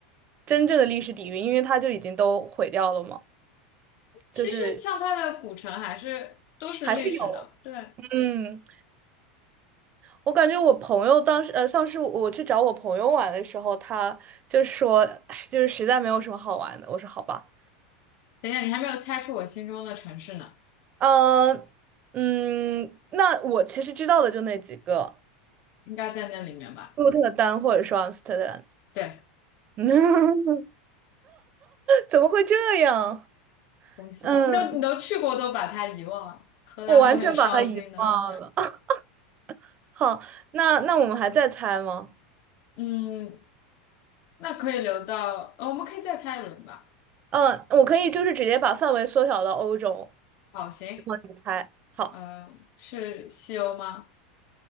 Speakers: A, on the right; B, on the left.
A: 真正的历史底蕴，因为它就已经都毁掉了嘛，就是
B: 其实像它的古城还是都是历史的。
A: 还是有。
B: 对，
A: 嗯，我感觉我朋友当时，呃，上次我去找我朋友玩的时候，他就说，哎，就是实在没有什么好玩的。我说好吧，
B: 等一下，你还没有猜出我心中的城市呢，
A: 呃，嗯，那我其实知道的就那几个，
B: 应该在那里面吧？
A: 鹿特丹或者说阿姆斯特丹。
B: 对，
A: <laughs> 怎么会这样？
B: 恭喜，
A: 嗯。
B: 你都你都去过，都把它遗忘了，荷兰会很伤心的。
A: 我完全把它遗忘了。<laughs> 好，那那我们还在猜吗？
B: 嗯，那可以留到，呃，我们可以再猜一轮吧。
A: 嗯，我可以就是直接把范围缩小到欧洲，
B: 好，行。
A: 然后你猜。好，
B: 呃，是西欧吗？